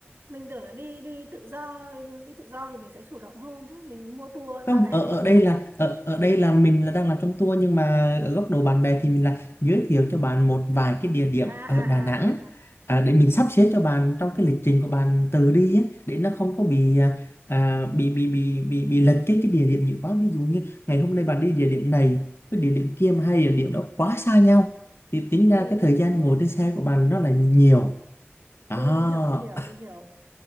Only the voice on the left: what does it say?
không
ở
ở
đây
là ở ở đây là mình là đang làm trong tour nhưng mà ở góc độ bạn bè thì mình là giới thiệu cho bạn một vài cái địa điểm
ở Đà
Nẵng
à, để mình sắp xếp cho bạn trong cái lịch trình của bạn từ đi á, để nó không có bị à, à, bị bị bị bị bị lệch cái cái địa điểm nhiều quá ví dụ như ngày hôm nay bạn đi địa điểm này với địa điểm kia mà hai địa điểm đó quá xa nhau thì tính
ra cái
thời
gian ngồi
trên xe của bạn nó là nhiều đó